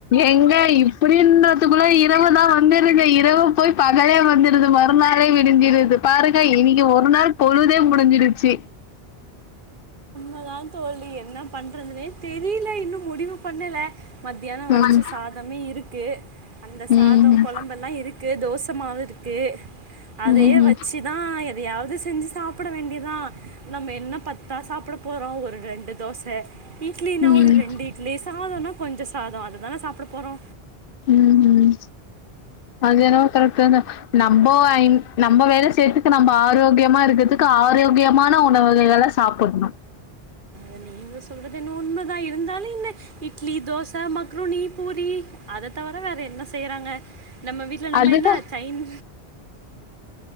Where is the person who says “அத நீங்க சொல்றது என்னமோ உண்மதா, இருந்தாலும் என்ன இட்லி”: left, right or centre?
Right